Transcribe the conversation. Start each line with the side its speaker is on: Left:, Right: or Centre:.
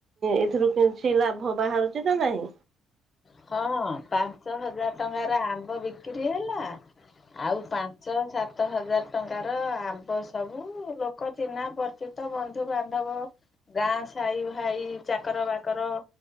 Right: ଏଥିରୁ କିଛି ଲାଭ ବାହାରୁଛି ନା ନାହିଁ।
Left: ହଁ ପାଞ୍ଚ ହଜାର ଟଙ୍କାର ଆମ୍ବ ବିକ୍ରୀି ହେଲା। ଆଉ ପାଞ୍ଚ ସାତ ହଜାର ଟଙ୍କାର ଆମ୍ବ ସବୁ ଲୋକ ଚିହ୍ନା ପରିଚିତ ବନ୍ଧୁବାନ୍ଧବ ଗାଁ ସାହି ଭାଇ ଚାକର ବାକର